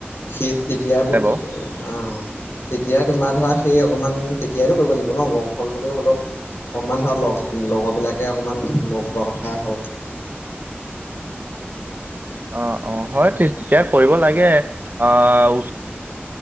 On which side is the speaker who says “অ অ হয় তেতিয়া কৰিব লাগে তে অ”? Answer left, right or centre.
Right